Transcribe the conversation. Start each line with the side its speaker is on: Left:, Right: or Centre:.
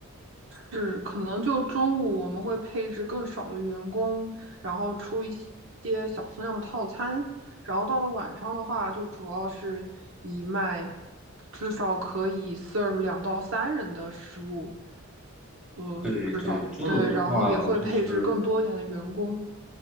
Right: 是，可能就中午我们会配置更少的员工，然后出一些小分量的套餐，然后到了晚上的话，就主要是以卖至少可以 serve 两到三人的食物，呃，
Centre: 对对，
Right: 至少对，
Centre: 中午的话就是
Right: 然后也会配置更多一点的员工。